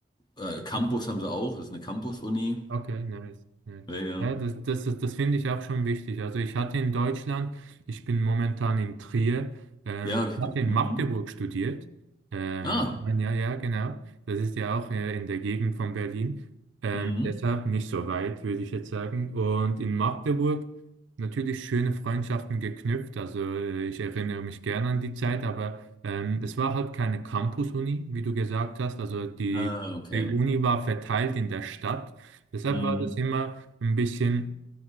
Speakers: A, on the left; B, on the right.
A: Äh, Campus
B: okay.
A: haben sie auch, das ist eine Campus-Uni.
B: Okay, nice, nice.
A: Ja, ja.
B: Ja, das, das, das, das finde ich auch schon wichtig. Also ich hatte in Deutschland, ich bin momentan in Trier, ähm,
A: Ja, habe ich
B: ich
A: ge-
B: hatte in
A: mhm.
B: Magdeburg studiert. Ähm,
A: Ah,
B: ein ja, genau. Das ist ja auch äh, in der Gegend von Berlin. Ähm,
A: mhm.
B: deshalb nicht so weit, würde ich jetzt sagen. Und in Magdeburg natürlich schöne Freundschaften geknüpft. Also äh, ich erinnere mich gerne an die Zeit, aber ähm, es war halt keine Campus-Uni, wie du gesagt hast. Also die,
A: Ah, okay.
B: die Uni war verteilt in der Stadt. Deshalb
A: Mhm.
B: war das immer ein bisschen